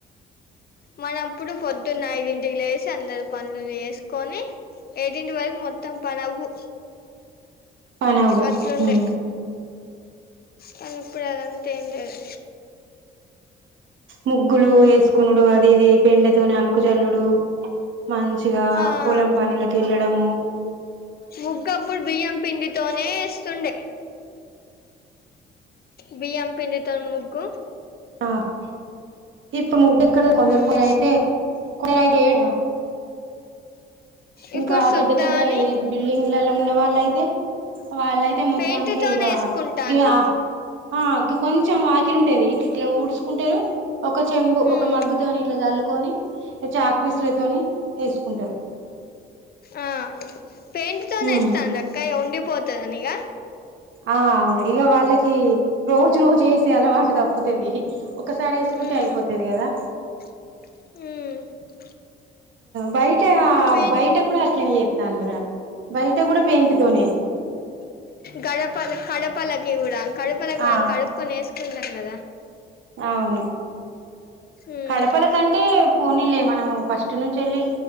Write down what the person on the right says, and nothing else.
పనవు
ఊ
ముగ్గులు వేసుకునుడు అది ఇది పెండతోని అలుకు జల్లుడు మంచిగా
పోలం పనులకి వెళ్ళడము
అ ఇప్పు ముగ్గేక్కడ కొందరు
కొంద అయితే కొందరు అయితే ఏ
ఇంకా
పెద్ద పెద్ద
ఇదే బిల్డింగ్లల ఉన్న వాళ్ళయితే వాళ్ళయితే మొత్తానికి
ఇక
గిగా ఆ గి కొంచం చం వాకిలు ఉంటది ఇట్లిట్ల ఊడ్చూకుంటరు ఒక చెంబు
ఒక మగ్గు తోని ఇట్ల జల్లుకొని ఇ చాక్ పీస్ లతోని ఎసుకుంటారు
ఉమ్
ఆ అవును ఇగ వాళ్ళకి రోజు చేసే అలవాటు తప్పుతది ఒకసారి ఎసుకుంటే
అయిపోతది కదా
బయట
బయట కూడా అట్లేనే చేత్తళ్ళు రా బయట కూడా పెయింట్ తోనే
ఆ
అవును
కడపల కంటే పోనీలే మనము ఫస్ట్ నుంచేలి